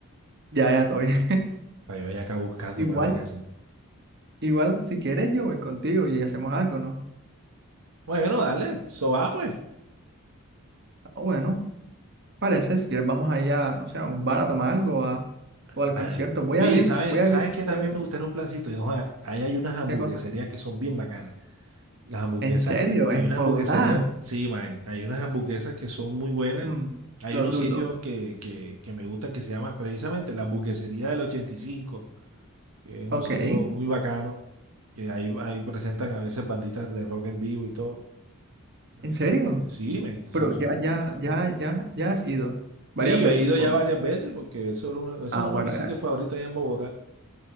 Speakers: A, on the right; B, on the right.
A: ya, ya, todo bien.
B: que yo vaya acá buscando
A: <laughs> Igual.
B: para ver qué hacen.
A: Igual, si quieres, yo voy contigo y hacemos algo, ¿no?
B: Bueno, dale, eso va pues.
A: Ah, Bueno, parece, si quieres, vamos allá, o sea, a un bar a tomar algo a- o al
B: Nah.
A: concierto. Voy
B: Oye,
A: a ver,
B: ¿sabes,
A: voy a
B: sabes
A: ver,
B: que también
A: voy a ver
B: me gustaría un plancito? Y no, joda, ahí hay unas hamburgueserías
A: qué cosa.
B: que son bien bacanas. Las hamburguesas,
A: ¿En serio?
B: hay
A: ¿En
B: unas
A: Bogotá?
B: hamburgueserías, sí, man, hay unas hamburguesas que son muy buenas.
A: Mm,
B: Hay
A: lo
B: unos
A: dudo.
B: sitios que, que, que me gustan que se llama precisamente la hamburguesería del 85 que es un
A: Ok,
B: sitio
A: ¿en
B: muy bacano, que ahí, ahí presentan a veces banditas de rock en vivo y todo. Así
A: serio?
B: que sí, man, o
A: Pero
B: sea, son-
A: ya, ya, ya, ya, ya has ido varias
B: Sí, yo
A: veces,
B: he ido
A: supongo.
B: ya varias veces porque eso, era uno, eso es
A: Ah,
B: uno
A: bueno,
B: de mis sitios
A: ya.
B: favoritos allá en Bogotá.